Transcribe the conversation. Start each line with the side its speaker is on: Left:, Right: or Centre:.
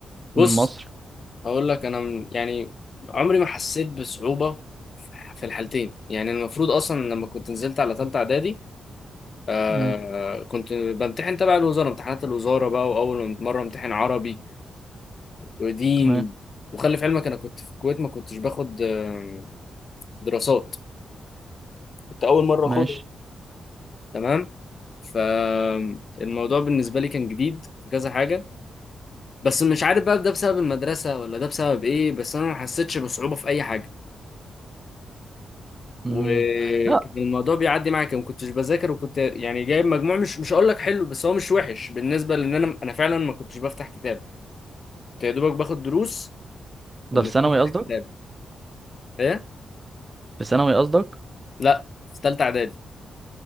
Left: بص
Right: من مصر
Left: هقول لك أنا من- يعني عمري ما حسيت بصعوبة في الحالتين يعني المفروض أصلا لما كنت نزلت على تالتة إعدادي آه
Right: مم.
Left: كنت بمتحن تبع الوزارة امتحانات الوزارة بقى وأول مرة امتحن عربي ودين
Right: تمام
Left: وخلي في علمك أنا كنت في الكويت ما كنتش باخد آه، دراسات كنت اول مره
Right: ماشي
Left: اخدها تمام فالموضوع بالنسبة لي كان جديد في كذا حاجة بس مش عارف بقى ده بسبب المدرسة ولا ده بسبب ايه بس انا ما حسيتش بصعوبة في اي حاجة
Right: مم.
Left: وكان
Right: لا
Left: الموضوع بيعدي معايا كده، ما كنتش بذاكر وكنت يعني جايب مجموع مش مش هقول لك حلو بس هو مش وحش بالنسبة لان انا انا فعلا ما كنتش بفتح كتاب كنت يا دوبك باخد دروس ومش
Right: ده في ثانوي
Left: بفتح
Right: قصدك
Left: كتاب ايه
Right: في ثانوي قصدك
Left: لا في ثالثة اعدادي